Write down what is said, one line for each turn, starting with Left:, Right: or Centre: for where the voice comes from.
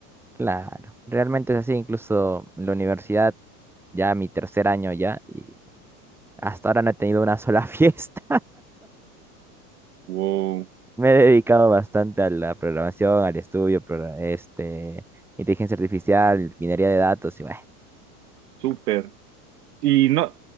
Centre: claro. Realmente es así, incluso en la universidad, ya mi tercer año ya, y hasta ahora no he tenido una sola <laughs> fiesta.
Right: Wow,
Centre: Me he dedicado bastante a la programación, al estudio, pro- este, inteligencia artificial, minería de datos y bueno,
Right: súper. Y no,